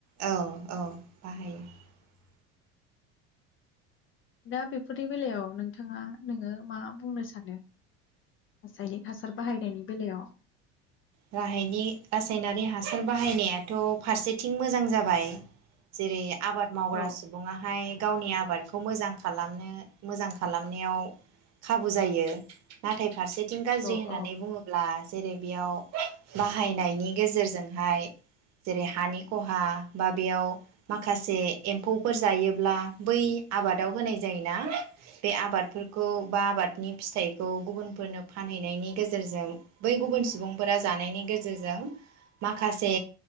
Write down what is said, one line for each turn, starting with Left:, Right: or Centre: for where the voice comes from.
Right: औ औ बाहायो ।
Left: दा बेफोरनि बेलायाव नोंथाङा नोङो मा बुंनो सानो रासायनिक हासार बाहायनायनि बेलायाव?
Right: गाहायनि रासायनारि हासार बाहायनायाथ फारसेथिं मोजां जाबाय जेरै आबाद मावग्रा
Left: औ
Right: सुबुङाहाय गावनि आबादखौ मोजां खालामनो मोजां खालामनायाव खाबु जायो नाथाय फारसे थिं गाज्रि
Left: औ
Right: होननानै
Left: औ
Right: बुङोब्ला जेरै बेयाव बाहायनायनि गेजेरजोंहाय जेरै हानि खहा बा बेयाव माखासे एम्फौफोर जायोब्ला बै आबादाव होनाय जायोना बे आबादफोरखौ बा आबादनि फिथाइखौ गुबुनफोरनो फानहैनायनि गेजेरजों बै गुबुन सुबुं फोरा जानायनि गेजेरजों माखासे